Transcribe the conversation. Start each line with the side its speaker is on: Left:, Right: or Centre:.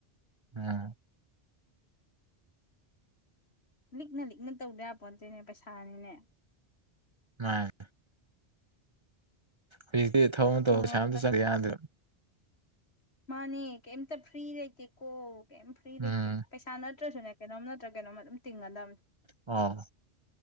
Right: ꯎꯝ
Left: ꯂꯤꯛꯅ ꯂꯤꯛꯅ ꯇꯧꯗ ꯌꯥ ꯄꯣꯠꯇꯣꯏꯅꯦ ꯄꯩꯁꯥꯅꯤꯅꯦ
Right: ꯎꯝ ꯍꯧꯖꯤꯛꯇꯤ ꯊꯕ ꯑꯃ ꯇꯧꯕꯁꯥꯝꯇ
Left: ꯃꯣꯔꯣꯛꯀ
Right: ꯆꯠꯂ ꯌꯥꯗ꯭ꯔꯕ
Left: ꯃꯥꯅꯦ ꯀꯩꯝꯇ ꯐ꯭ꯔꯤ ꯂꯩꯇꯦ ꯀꯣ ꯀꯩꯝ ꯐ꯭ꯔꯤ
Right: ꯎꯝ
Left: ꯂꯩꯇꯦ ꯄꯩꯁꯥ ꯏꯁꯥ ꯅꯠꯇ꯭ꯔꯁꯨꯅꯦ ꯀꯩꯅꯣꯝ ꯅꯠꯇ꯭ꯔꯒ ꯀꯩꯅꯣꯝꯃ ꯑꯗꯨꯝ ꯇꯤꯡꯒꯗꯕꯅꯦ
Right: ꯑꯣ